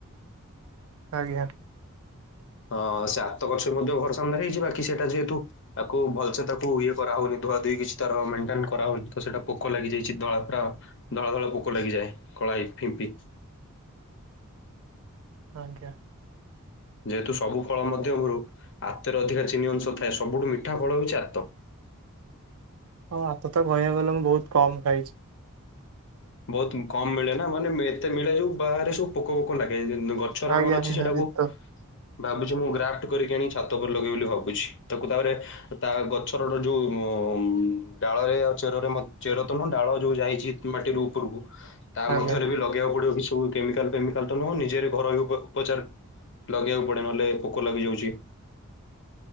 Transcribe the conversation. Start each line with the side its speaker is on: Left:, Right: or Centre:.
Right: ଆଜ୍ଞା।
Left: ହଁ ସେ ଆତ ଗଛ ମଧ୍ୟ ଘର ସାମ୍ନାରେ ହେଇଚି। ବାକି ସେଇଟା ଯେହେତୁ ତାକୁ ଭଲସେ୍ ତାକୁ ଇଏ କରାହୋଉନି। ଧୁଆ ଧୋଇ କିଛି ତାର ମେଣ୍ଟେନ୍ କରାହୋଉନି ତ ସେଇଟା ପୋକ ଲାଗିଯାଇଚି ଧଳା ପୁରା ଧଳା ଧଳା ପୋକ ଲାଗିଯାଏ। କଳାଇ ଫିମ୍ପି।
Right: ଆଜ୍ଞା।
Left: ଯେହେତୁ ସବୁ ଫଳ ମଧ୍ୟମରୁ ଆତରେ ଅଧିକା ଚିନି ଅଂଶ ଥାଏ। ସବୁଠୁ ମିଠା ଫଳ ହୋଉଚି ଆତ।
Right: ଆଉ ଆତ ତ ବୟାବଲମ୍ ବହୁତ୍ କମ ଖାଇଚି।
Left: ବହୁତ୍ କମ ମିଳେ ନା ମାନେ ଏତେ ମିଳେ ଯୋଉ ବାହାରେ ସବୁ ପୋକ ଫୋକ ଲାଗେଯାଇଛନ୍ତି। ଗ ପଛରେ
Right: ଆଜ୍ଞା
Left: ଆମର ଅଛି ସେଟାକୁ
Right: ଆଜ୍ଞା ତ
Left: ଭାବୁଛି ମୁଁ ଗ୍ରାଫ୍ଟ କରିକି ଆଣି ଛାତ ଉପରେ ଲଗେଇବି ବୋଲି ଭାବୁଛି ତାକୁ ତାପରେ ତା ଗଛର ଯୋଉ ଡାଳରେ ଆଉ ଚେରରେ ଚେର ତନୁହ ଡାଳରେ ଯୋଉ ଯାଇଚି। ମାଟିରୁ ଉପରକୁ ତା
Right: ଆଜ୍ଞା
Left: ମଧ୍ୟରେ ବି ଲଗେଇବାକୁ ପଡିବ କିଛି। ତୁ କେମିକାଲ ଫେମିକାଲ ତ ନୁହଁ ନିଜରେ ଘର ଆଗ ବପଚାର ଲଗେଇବାକୁ ପଡେ ନହେଲେ ପୋକ ଲାଗି ଯାଉଚି।